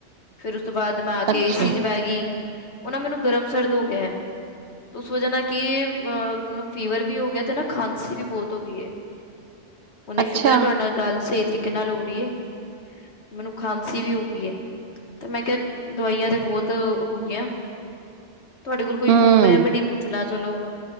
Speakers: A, on the left; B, on the right.
A: ਫੇਰ ਉਸ ਤੋਂ ਬਾਅਦ ਮੈਂ ਆ ਕੇ
B: ਅੱਛਾ
A: ਏ ਸੀ ਚ ਬਹਿ ਗਈ ਉਹ ਨਾ ਮੈਨੂੰ ਗਰਮ ਸਰਦ ਹੋ ਗਿਆ ਐ ਤੋ ਉਸ ਵਜ੍ਹਾ ਨਾਲ ਕਿ ਐਹ ਮੈਨੂੰ ਫੀਵਰ ਵੀ ਹੋ ਗਿਆ ਤੇ ਨਾ ਖਾਂਸੀ ਵੀ ਬਹੁਤ ਹੋ ਗਈ ਐ ਹਨੇ
B: ਅੱਛਾ
A: ਸ਼ੁਕਰ ਐ ਤੁਹਾਡੇ ਨਾਲ ਗੱਲ ਸਹੀ ਤਰੀਕੇ ਨਾਲ ਹੋ ਰਹੀ ਏ ਮੈਨੂੰ ਖਾਂਸੀ ਵੀ ਹੋ ਗਈ ਐ ਤੇ ਮੈਂ ਕਿਹਾ ਦਵਾਈਆਂ ਤੇ ਬਹੁਤ ਹੋ ਗਈਆਂ ਤੁਹਾਡੇ ਕੋਲ ਕੋਈ
B: ਹਮ
A: ਹੋਮ ਰੈਮਡੀ ਪੁੱਛ ਲਾਂ ਚਲੋ